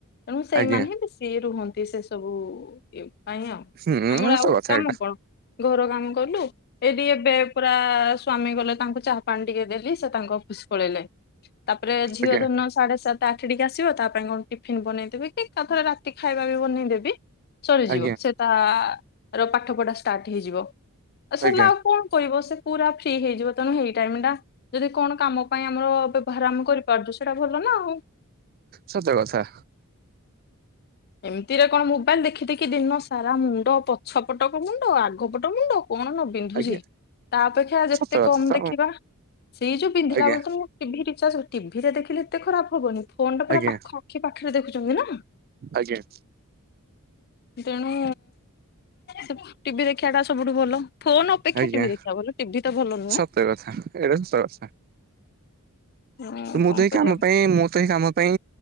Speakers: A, on the left; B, on the right.
A: ତେଣୁ ସେଇମାନେ
B: ଆଜ୍ଞା
A: ହିଁ ବେଶି ରୁହନ୍ତି ସେ ସବୁ ଇଏ ନାଇଁ ଆଉ।
B: ହୁଁ
A: ଆମର
B: ସତ
A: ଆଉ
B: କଥା
A: କାମ
B: ଏଇଟା
A: କଣ? ଘର କାମ କଲୁ, ଏଇ ଟିକେ ଏବେ ପୁରା ସ୍ଵାମୀ ଗଲେ ତାଙ୍କୁ ଚାହା ପାଣି ଟିକେ ଦେଲି। ସେ ତାଙ୍କ ଅଫିସ୍ ପଳେଇଲେ। ତାପରେ ଝିଅ
B: ଆଜ୍ଞା
A: ଧନ ସାଢେ ସାତ ଆଠ ଟିକେ ଆସିବ ତା ପାଇଁ କଣ ଟିଫନ୍ ବନେଇଦେବି କି, ଏକାଥରେ ରାତି ଖାଇବା ବି ବନେଇଦେବି। ସରିଯିବ।
B: ଆଜ୍ଞା
A: ସେ ତା ର ପାଠ ପଢା ଷ୍ଟାର୍ଟ ହେଇଯିବ। ସରିଲା
B: ଆଜ୍ଞା
A: ଆଉ କଣ? କହିବ ସେ ପୁରା ଫ୍ରି ହେଇଯିବ। ତେଣୁ ହେଇ ଟାଇମ ଟା ଯଦି କଣ କାମ ପାଇଁ ଆମର ବ୍ୟବହାର ଆମେ କରିପାରୁଛୁ ସେଇଟା ଭଲ ନା ଆଉ।
B: ସତ କଥା।
A: ଏମିତିରେ କଣ ମୋବାଇଲ ଦେଖି ଦେଖି ଦିନ ସାରା ମୁଣ୍ଡ ପଛପଟକ ମୁଣ୍ଡ ଆ ଗ ପଟ ମୁଣ୍ଡ କଣ ନ ପିନ୍ଧୁଛି?
B: ଆଜ୍ଞା
A: ତା ଅପେକ୍ଷା ଯେତେ
B: ସତ କଥା
A: କମ
B: ତ
A: ଦେଖିବା। ସେଇ ଯୋଉ ପିନ୍ଧିଲା
B: ଆଜ୍ଞା
A: ବେଳେ ତ ମୁଁ ଟିଭି ରିଚାର୍ଜ ଟିଭିରେ ଦେଖିଲେ ଏତେ ଖରାପ ହବନି। ଫୋନ ଟା
B: ଆଜ୍ଞା
A: ପୁରା ପାଖ ଆଖି ପାଖରେ ଦେଖୁଛନ୍ତି ନା।
B: ଆଜ୍ଞା।
A: ତେଣୁ ସେ ଟିଭି ଦେଖିବା ଟା ସବୁଠୁ ଭଲ। ଫୋନ ଅପେକ୍ଷା
B: ଆଜ୍ଞା।
A: ଟିଭି ଦେଖିବା ଭଲ ଟିଭି ତ ଭଲ ନୁହେଁ
B: ସତ କଥା ଏଇଟା ସତ କଥା।
A: ହଁ
B: ମୁଁ
A: କଣ
B: ତ ଏଇ
A: କରିବା
B: କାମ ପାଇଁ, ମୁଁ ତ ଏଇ କାମ ପାଇଁ